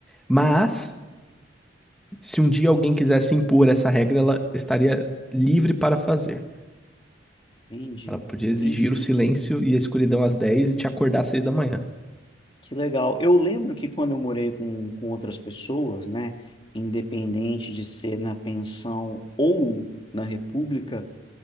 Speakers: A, in the centre; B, on the left (about 25°).
A: Mas se um dia alguém quisesse impor essa regra, ela estaria livre para fazer.
B: Entendi,
A: Ela podia
B: entendi.
A: exigir o silêncio e a escuridão às 10 e te acordar às 6 da manhã.
B: Que legal. Eu lembro que quando eu morei com, com outras pessoas, né, independente de ser na pensão ou na república,